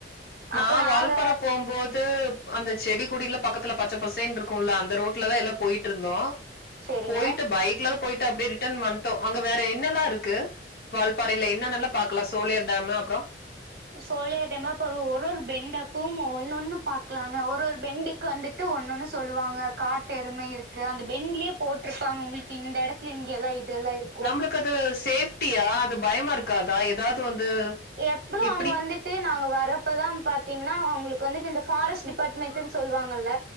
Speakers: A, on the left; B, on the right.
A: நா
B: அப்ப நாங்க
A: வால்பாற போம்போது அந்த செடி கொடில்லா பக்கத்துல பச்ச பசேன்ருக்குல்ல அந்த ரோட்லதா எல்லா போயிட்ருந்தோ
B: சேரிங்க
A: போயிட்டு பைக்லதா போயிட்டு அப்டியே ரிட்டன் வன்ட்டோ அங்க வேற என்னல்லா இருக்கு வால்பாறையில என்னெல்லா பாக்கலா சோலையார் டேமு அப்றோ
B: சோலையார் டேமு அப்றோ ஒரு ஒரு பெண்ட்டு அப்பவும் ஒன்னொண்ணு பாக்லாங்க ஒரு ஒரு பெண்ட்டு க்கு வந்துட்டு ஒன்னொன்னு சொல்லுவாங்க காட்டு எரும இருக்கு அந்த பெண்லயே போட்டிருப்பாங்க உங்களுக்கு இந்த எடத்து இங்கல்லா இதெல்லா இருக்
A: நம்மளுக்கு அது சேஃப்டியா அது பயமா இருக்காதா ஏதாவது வந்து
B: எப்பளு
A: எப்படி?
B: அங்க வந்துட்டு நாங்க வரப்பதா பாத்தீங்கன்னா அவங்களுக்கு வந்துட்டு இந்த ஃபாரஸ்ட் டிபார்ட் மெட்னு சொல்லுவாங்கல்ல